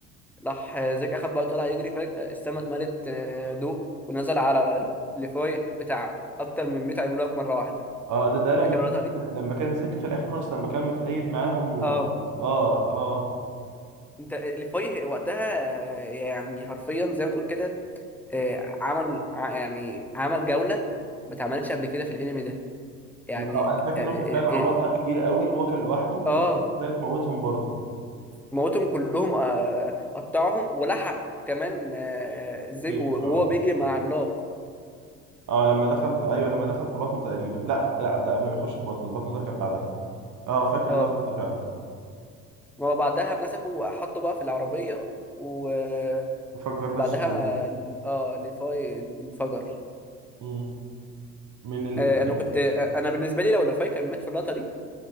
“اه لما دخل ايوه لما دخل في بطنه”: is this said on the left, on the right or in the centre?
Right